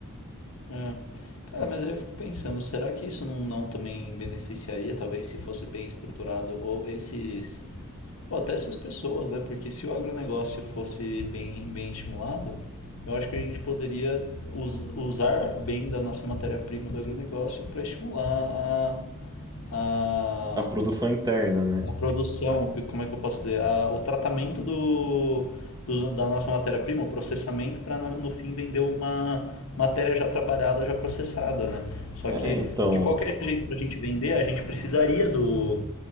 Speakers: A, on the left; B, on the right.
A: É. Cara, mas aí eu fico pensando, será que isso não, não também beneficiaria, talvez, se fosse bem estruturado, ou esses, ou até essas pessoas, né? Porque se o agronegócio fosse bem, bem estimulado, eu acho que a gente poderia us- usar bem da nossa matéria-prima do agronegócio para estimular a, a,
B: A produção interna, né?
A: a produção, que- como é que eu posso dizer? A- o tratamento do, dos- da nossa matéria-prima, o processamento, para no fim vender uma matéria já trabalhada, já processada, né? Só
B: É,
A: que,
B: então.
A: de qualquer jeito, para a gente vender, a gente precisaria do,